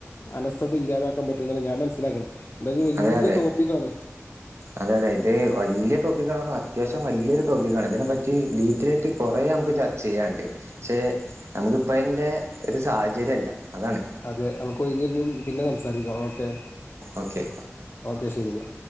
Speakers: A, on the left; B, on the right.
A: അലസവത ഇല്ലാതാക്കാൻ പറ്റും എന്നുള്ളാണ് ഞാൻ മന മനസ്സിലാക്ക എായത് വലിയ
B: അതെ അതെ
A: ടോപ്പിക്കാണ്
B: അതെ അതെ ഇത് വലിയ ടോപ്പി ആണോ അത്യാവശ്യം വലിയരു ടോപ്പിക്കാണ് ഇതിനെപ്പറ്റി ഡീറ്റെൽ ആയിട്ട് കുറേ നമുക്ക് ചെയ്യാണ്ട് പക്ഷേ നമുക്കിപ്പം അതിന്റെ ഒരു സാഹചര്യംമല്ല അതാണ്
A: അതെ അവക്ക ഇഞ്ഞി പിന്നെ സംസാരിക്കാം ഓക്കെ
B: ഓക്കെ
A: ഓക്കെ ശരിെന്നാ